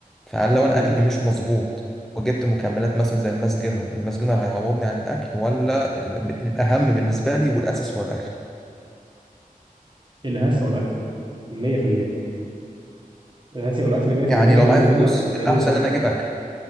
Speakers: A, in the centre; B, on the right.
A: فهل لو انا
B: امم
A: اكلي مش مظبوط وجبت مكملات مثلا زي الماس جينر الماس جينر هيعوضني عن الاكل ولا ال- الاهم بالنسبه لي والاساس هو الاكل
B: الهسه والاكل 100% الهسه والاكل 100%
A: يعني لو
B: الماس
A: معايا فلوس
B: جينر يا
A: الأحسن
B: دوبك
A: إن أنا أجيب أكل